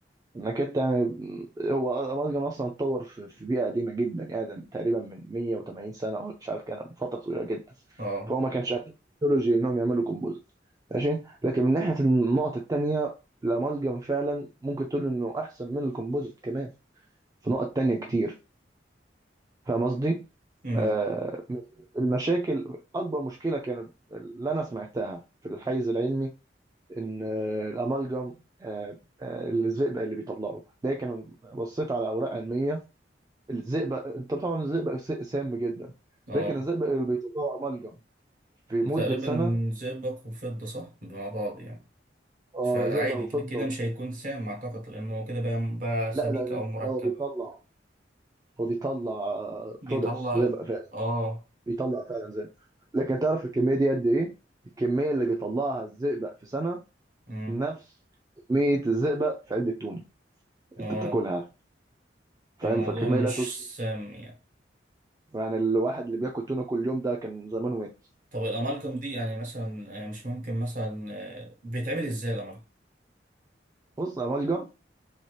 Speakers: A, on the right; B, on the right.
A: انك انت يعني هو الامالجم اصلا اتطور في في بيئه قديمه جدا ادم تقريبا من 180 سنه ولا مش عارف كان من فتره طويله جدا
B: اه
A: فهو ما كانش عنده تكنولوجي انهم يعملوا كومبوزيت ماشي لكن من ناحية النقط التانية الأمالجم فعلا ممكن تقول إنه أحسن من الكومبوزيت كمان في نقط تانية كتير فاهم قصدي؟
B: امم
A: آه المشاكل أكبر مشكلة كانت اللي أنا سمعتها في الحيز العلمي إن آه الأمالجم آه آه الزئبق اللي بيطلعه لكن بصيت على أوراق علمية الزئبق أنت طبعا الزئبق س- سام جدا
B: اه
A: لكن الزئبق اللي بيطلعه أمالجم في مدة
B: تقريبا
A: سنة
B: زئبق وفضة صح مع بعض يعني
A: آه
B: فعادي
A: زئبق وفضة
B: كده كده
A: و...
B: مش هيكون سام أعتقد لأنه هو كده بقى, بقى سبيك
A: لا لا
B: أو مركب
A: هو بيطلع هو بيطلع
B: بيطلع
A: برودكتس زئبق فعلا
B: آه
A: بيطلع فعلا زئبق لكن تعرف الكميه دي قد ايه الكميه اللي بيطلعها الزئبق في سنه
B: أمم.
A: نفس كميه الزئبق في علبه تونه
B: آه
A: انت بتاكلها فاهم
B: فالموضوع
A: فالكميه
B: مش
A: لا تذكر
B: سام يعني
A: يعني الواحد اللي بياكل تونه كل يوم ده كان زمانه مات
B: طب الأمالجم دي يعني مثلا آه، مش ممكن مثلا آه، بيتعمل إزاي الأمالجم؟
A: بص يا ملجم